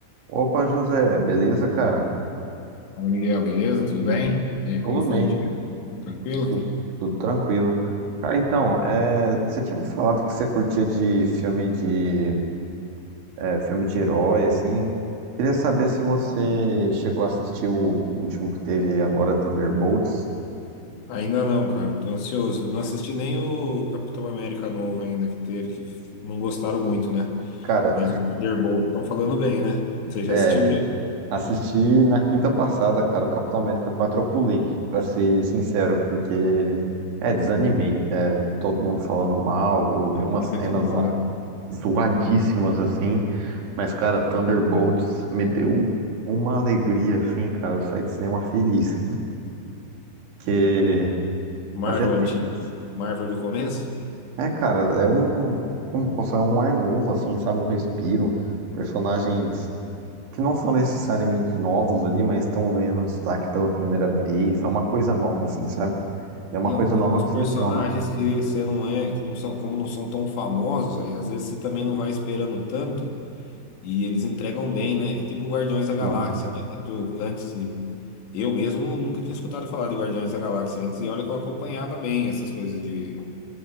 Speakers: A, on the right; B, on the left.
A: Opa, José, beleza, cara?
B: Fala, Miguel, beleza? Tudo bem? E aí,
A: Tudo
B: como foi
A: bem,
B: o dia? Tranquilo?
A: tudo, tudo tranquilo. Cara, então, é, você tinha me falado que você curtia de filme de, é, filme de herói, assim. Queria saber se você chegou a assistir o último que teve agora, Thunderbolts.
B: Ainda não, cara, tô ansioso. Eu não assisti nem o Capitão América novo ainda que teve, que f- não gostaram muito, né?
A: Cara,
B: Mas o Thunderbolt estão falando bem, né?
A: <laughs>
B: Você já
A: é,
B: assistiu já?
A: assisti na quinta passada, cara, o Capitão América 4 eu pulei, pra ser sincero, porque, é, desanimei. É, todo mundo falando mal, eu
B: Tava
A: vi umas
B: falando
A: cenas
B: muito mal,
A: lá.
B: né?
A: zoadíssimas assim, mas cara, Thunderbolts me deu uma alegria assim, cara, eu saí do cinema feliz, porque
B: Hum. Marvel
A: fazia tempo.
B: antiga, Marvel de começo.
A: É, cara, é um, como que eu posso falar, é um ar novo assim, sabe, um respiro, personagens que não são necessariamente novos ali, mas estão ganhando destaque pela primeira vez, é uma coisa nova assim, sabe? E é uma
B: E é
A: coisa
B: um, é
A: nova
B: um dos
A: que
B: personagens
A: funciona.
B: que você não é, que não são, como não são tão famosos, aí, às vezes você também não vai esperando tanto. E eles entregam bem, né? É Tipo um Guardiões da Galáxia,
A: Uhum.
B: né? Que tu, antes, de- eu mesmo nunca tinha escutado falar de Guardiões da Galáxia antes, e olha que eu acompanhava bem essas coisas de,